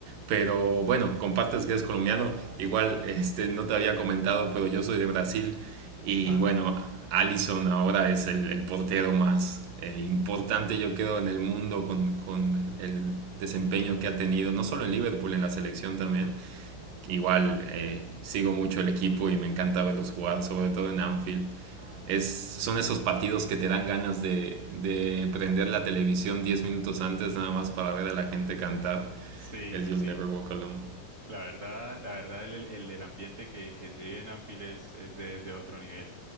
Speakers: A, on the right; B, on the right.
A: Pero bueno, compartes que eres colombiano. Igual este, no te había comentado, pero yo soy de Brasil. Y bueno,
B: <laughs>
A: Alisson ahora es el, el portero más eh, importante, yo creo, en el mundo con, con el desempeño que ha tenido, no solo en Liverpool, en la selección también. Igual eh, sigo mucho el equipo y me encanta verlos jugar, sobre todo en Anfield. Es, son esos partidos que te dan ganas de, de prender la televisión 10 minutos antes nada más para ver a la gente cantar
B: Sí,
A: el
B: sí,
A: You'll
B: sí.
A: Never Walk Alone.
B: La verdad, la verdad el, el, el ambiente que, que se vive en Anfield es, es de, de otro nivel.